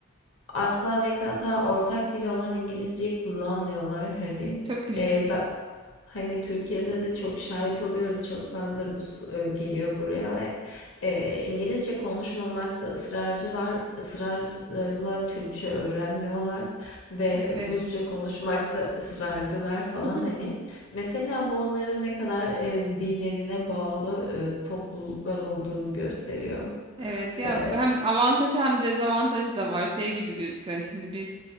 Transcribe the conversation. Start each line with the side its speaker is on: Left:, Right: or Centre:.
Left: asla ve kata ortak dil olan İngilizceyi kullanmıyorlar hani.
Right: Çok ilginç.
Left: Ee, ben, hani Türkiye'de de çok şahit oluyoruz. Çok fazla Rus e, geliyor buraya ve e, İngilizce konuşmamakta ısrarcılar, ısrarla Türkçe öğrenmiyorlar ve
Right: Evet.
Left: Rusça konuşmakta ısrarcılar falan
Right: <laughs>
Left: hani. Mesela bu onların ne kadar e, dillerine bağlı e, topluluklar olduğunu gösteriyor.
Right: Evet ya
Left: Ee,
Right: hem avantajı hem dezavantajı da var. Şey gibi gözüküyor. Yani Şimdi biz